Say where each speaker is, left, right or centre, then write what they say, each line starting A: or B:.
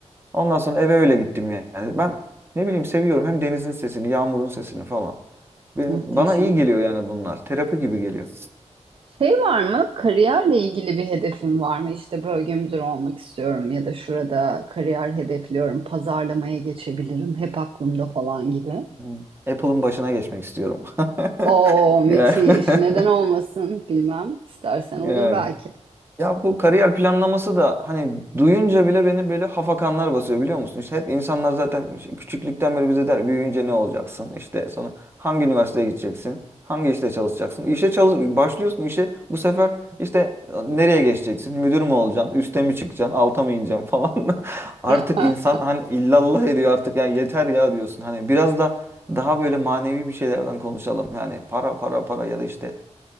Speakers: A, on the right (about 20°); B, on the right (about 50°).
A: Ondan sonra eve öyle gittim yani. Ben ne bileyim seviyorum hem denizin sesini, yağmurun sesini falan. Benim,
B: Muhteşem.
A: bana iyi geliyor yani bunlar. Terapi gibi geliyor.
B: Şey var mı? Kariyerle ilgili bir hedefin var mı? İşte bölge müdürü olmak istiyorum ya da şurada kariyer hedefliyorum, pazarlamaya geçebilirim, hep aklımda falan gibi.
A: Hmm. Apple'ın başına geçmek istiyorum. <laughs>
B: Oo müthiş.
A: Yani.
B: Neden
A: <laughs>
B: olmasın bilmem. İstersen olur
A: Yani.
B: belki.
A: Ya bu kariyer planlaması da hani duyunca bile beni böyle hafakanlar basıyor biliyor musun? İşte hep insanlar zaten işte küçüklükten beri bize der büyüyünce ne olacaksın? İşte sonra hangi üniversiteye gideceksin? Hangi işte çalışacaksın? İşe çalış başlıyorsun işe bu sefer işte nereye geçeceksin? Müdür mü olacaksın? Üste mi çıkacaksın? Alta mı ineceksin falan. <laughs> Artık
B: <laughs>
A: insan hani illallah ediyor artık ya yeter ya diyorsun. Hani biraz da daha böyle manevi bir şeylerden konuşalım. Yani para para para ya da işte